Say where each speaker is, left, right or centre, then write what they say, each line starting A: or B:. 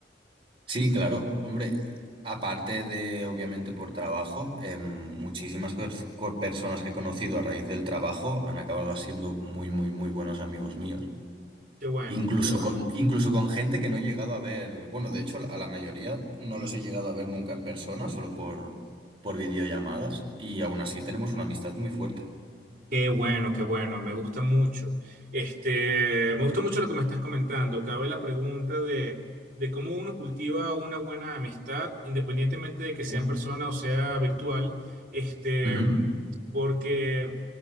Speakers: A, on the right; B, on the right.
A: Sí, claro. Hombre, aparte de, obviamente, por trabajo, em, muchísimas cos- co- personas que he conocido a raíz del trabajo han acabado siendo muy, muy, muy buenos amigos míos.
B: Qué bueno,
A: Incluso
B: qué bueno.
A: con, incluso con gente que no he llegado a ver, bueno, de hecho, a la mayoría no los he llegado a ver nunca en persona, solo por, por videollamadas, y aún así tenemos una amistad muy fuerte.
B: Qué bueno, qué bueno, me gusta mucho. Este, me gusta mucho lo que me estás comentando. Cabe la pregunta de, de cómo uno cultiva una buena amistad, independientemente de que sea
A: Mm.
B: en persona o sea virtual. Este,
A: Ujú.
B: porque